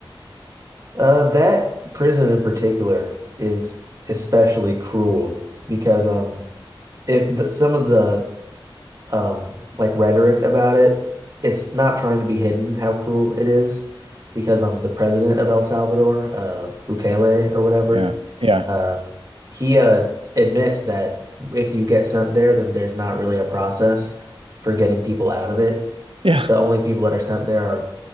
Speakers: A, on the right; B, on the right.
A: Uh that prison in particular is especially cruel because um if the, some of the um like rhetoric about it, it's not trying to be hidden how cruel it is because um the president of El Salvador, uh Bukele or whatever,
B: Yeah, yeah,
A: uh he uh admits that if you get sent there, then there's not really a process for getting people out of it.
B: yeah,
A: P- The only people that are sent there are